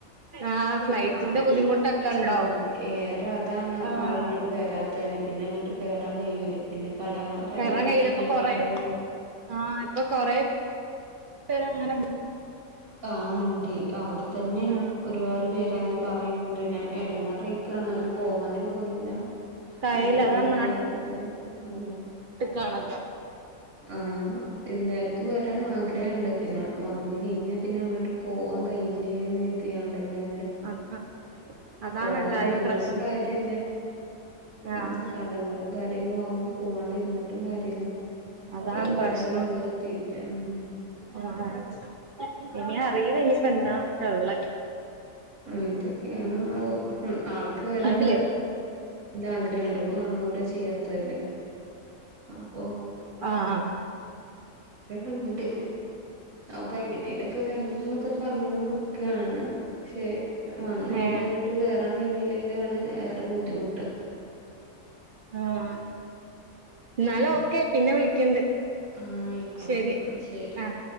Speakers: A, on the right; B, on the right.
A: ആഹ് ഫ്ലൈറ്റിന്റെ
B: ആഹ്
A: ബുദ്ധിമുട്ടൊക്കെ ഉണ്ടാവും
B: ആഹ് ഏറെ അതാണ്
A: ആഹ്
B: ആളിങ്ങട്ട് വരാത്തതന്നെ പിന്നെ ഇങ്ങട്ട് കേറാൻ കഴിയൂലേ പിന്നെ കടങ്ങൾ തലേൽ
A: കയറാൻ കയ്യില്ല
B: വെച്ച്
A: ഇപ്പൊ
B: നടക്കണ്ടേരും.
A: കൊറേ ആഹ് ഇപ്പൊ കൊറേ പേര് അങ്ങനെ
B: ആഹ് ഇണ്ടേ അവിടെ തന്നെ
A: ആഹ്
B: ഒരുപാട് പേര് അങ്ങനെ പറീണിണ്ട് പിന്നെ എടങ്ങാറായിക്കാ അങ്ങട്ട് പോവാനും കോലല്ല
A: കയ്യില്ല
B: അങ്ങനെ
A: അതാണ്
B: ഇങ്ങനെറഞ്ഞിട്ട് ആഹ്
A: കാണാല്ലോ
B: ആഹ് എല്ലാര്ക്കും വരാ ആ ഗ്രഹണ്ട് പിന്നെ വന്ന് കഴിഞ്ഞാൽ പിന്നെ അങ്ങട്ട് പോവാൻ കഴയില്ലേന്ന് കര്തിആണ് എല്ലാരും
A: അതാ അതാണ്
B: പോവാണ്ടിരുന്നിട്ട്
A: എല്ലാരും പ്രശ്നം
B: കാര്യോം ല്ല ഉം
A: ആഹ്
B: കടങ്ങളും കാര്യങ്ങളും ആവുമ്പോ പോവാണ്ടിരുന്നിട്ടും കാര്യല്ല.
A: അതാണ്
B: പോവും
A: പ്രശ്നം
B: അല്ലാതെ നിവർത്തിയില്ല ഉം
A: ആഹ് ഇനി അറിയില്ല ഇനിയിപ്പന്താട്ടെ ഒള്ളെ
B: എന്തൊക്കെയാണ്ന്നാവോ ഉം ആൾക്ക് വരാൻ
A: അതിലേ
B: വ ല്ലാഗ്രഹണ്ട് കാണും കൂടെ ചെയ്യാത്തല്ലേ അപ്പൊ
A: ആ ആ
B: ഇണ്ട് അപ്പൊ എങ്ങനെലൊക്കെ വരണംന്നൊക്കെ പറഞ്ഞോണ്ട് നിക്കാണ്. ക്ഷെ വന്ന് കഴിഞ്ഞാ
A: ഏഹ്
B: അങ്ങട്ട് കേറാൻ കഴിഞ്ഞ് ഞ്ഞില്ലേലും ആണ് ഏറെ ബുദ്ധിമുട്ട്
A: ആഹ് ന്നാൽ ഓക്കെ പിന്നെ വിളിക്കണ്ട്.
B: ആഹ് ആയിക്കോട്ടെന്ന
A: ശരി
B: ന്നാ ശരി
A: ആഹ്